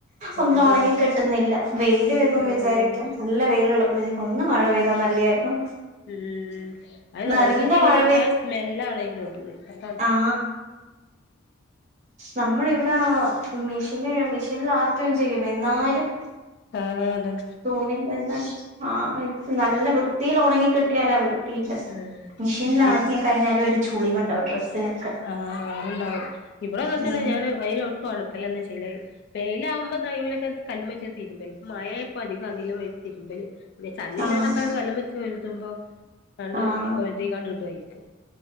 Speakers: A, on the right; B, on the left.
A: ഒന്ന്
B: ആഹ്
A: ഒണങ്ങി കിട്ടുന്നില്ല വെയില് വരുമ്പം
B: ആഹ്
A: വിചാരിക്കും നല്ല വെയിലൊള്ളപ്പോ വിചാരിക്കും ഒന്നു മഴപെയ്താ നല്ലയായിരുന്നു
B: ഉം അയ്ന്
A: നല്ല
B: ഒണങ്ങിയിട്ടില്ലെന്നുവെച്ചാ
A: മഴ
B: സ്മെല്ലാണെന്ന് ഓർക്കൂലേ അതാണ്
A: ആ നമ്മളിവിടെ മെഷീന് മെഷീനില് ആറ്റുകേം ചെയ്യും എന്നാലും
B: കാണുവല്ലോ
A: തുണി എന്താ ആ നല്ലവൃത്തിയിൽ ഒണങ്ങി കിട്ടിയാലവരും
B: ആഹ്
A: മെഷീനില് ആറ്റികഴിഞ്ഞാലും ഒരു ചുളിവുണ്ടാവും ഡ്രസ്സിനൊക്കെ
B: ആ അതൊണ്ടാവും ഇവിടെ മാത്രമല്ല
A: ഉം
B: ഞാന് വെയിലിലിട്ട് ഒണക്കലന്നെ ചെയ്യണത് വെയിലാകുമ്പോ ടൈമിലൊക്കെ കല്ലുവെച്ച് തിരുമ്പല് മഴ ഇപ്പൊ അധികം അതിലാ തിരുമ്പല് പിന്നെ ചളില്ലാതൊക്കാണ്
A: ആഹ്
B: കല്ലുമ്മേ വെച്ച് ഒഴുതുമ്പോ കണ്ട്
A: ആഹ്
B: ഒഴുതികാണ്ട് കിട്ടും ഓയിക്ക്